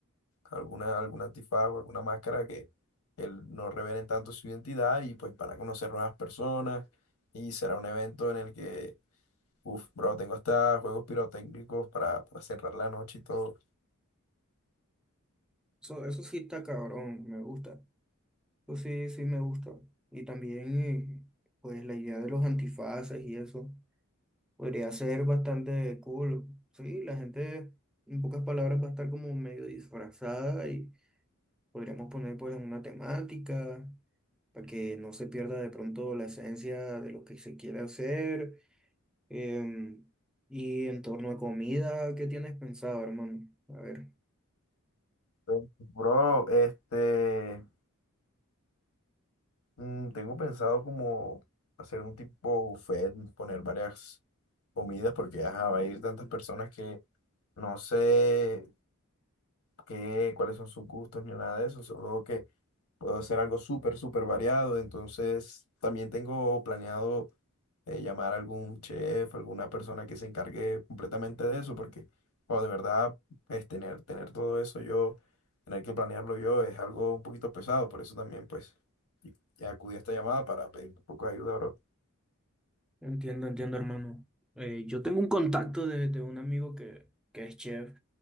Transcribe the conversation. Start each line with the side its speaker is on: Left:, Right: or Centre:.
Left: alguna, algún antifago, alguna máscara que, que no revelen tanto su identidad y pues para conocer nuevas personas. Y será un evento en el que, uff, bro, tengo hasta juegos pirotécnicos para, para cerrar la noche y todo.
Centre: Eso, eso sí está cabrón, me gusta. Pues sí, sí me gusta. Y también, eh, pues la idea de los antifaces y eso podría ser bastante cool. Sí, la gente, en pocas palabras, va a estar como medio disfrazada y podríamos poner pues una temática para que no se pierda de pronto la esencia de lo que se quiere hacer. Em, y en torno a comida, ¿qué tienes pensado, hermano? A ver.
Left: Pues, Bro, este, mm, tengo pensado como hacer un tipo buffet, poner varias comidas porque ajá, va a ir tantas personas que no sé qué, cuáles son sus gustos ni nada de eso, solo que puedo hacer algo súper, súper variado. Entonces, también tengo planeado eh, llamar a algún chef, alguna persona que se encargue completamente de eso, porque, o de verdad, es tener, tener todo eso yo, tener que planearlo yo, es algo un poquito pesado, por eso también, pues, y- y acudí a esta llamada para pedir un poco de ayuda, bro.
Centre: Entiendo, entiendo, hermano. Eh, yo tengo un contacto de, de un amigo que, que es chef.